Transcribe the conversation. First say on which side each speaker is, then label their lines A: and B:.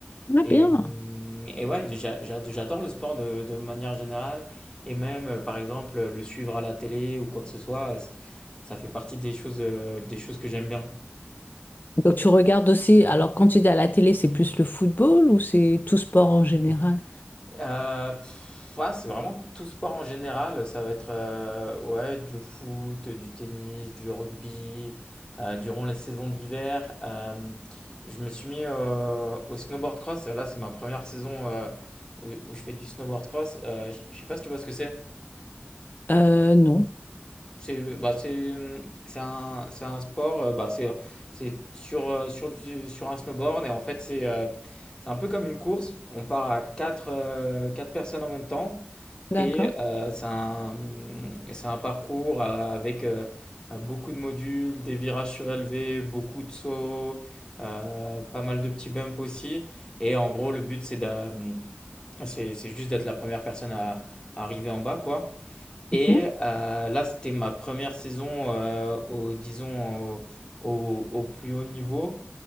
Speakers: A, on the left; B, on the left.
A: Ah
B: Et,
A: bien.
B: hum, et ouais, j'a- j'a- j'adore le sport de, de manière générale. Et même, euh, par exemple, le suivre à la télé ou quoi que ce soit, c- ça fait partie des choses, euh, des choses que j'aime bien.
A: Donc tu regardes aussi, alors quand tu dis à la télé, c'est plus le football ou c'est tout sport en général?
B: Euh, pff, ouais, c'est vraiment tout sport en général. Ça va être euh, ouais, du foot, du tennis, du rugby. euh, durant les saisons d'hiver, euh, je me suis mis euh, au snowboard cross. Là, c'est ma première saison euh, où, où je fais du snowboard cross. Euh, je je sais pas si tu vois ce que c'est.
A: Euh, non.
B: C'est bah, c'est c'est un c'est un sport, heu, bah, c'est c'est sur, heu, sur du sur un snowboard et en fait, c'est, heu, c'est un peu comme une course. On part à 4 heu, 4 personnes en même temps
A: D'accord.
B: et heu, c'est un, mmh, c'est un parcours, heu, avec, heu beaucoup de modules, des virages surélevés, beaucoup de sauts, heu, pas mal de petits bumps aussi et en gros, le but, c'est d'a mmh, c'est c'est juste d'être la première personne à à arriver en bas, quoi et
A: Ok.
B: euh, là, c'était ma première saison, euh, au, disons, au, au- au plus haut niveau.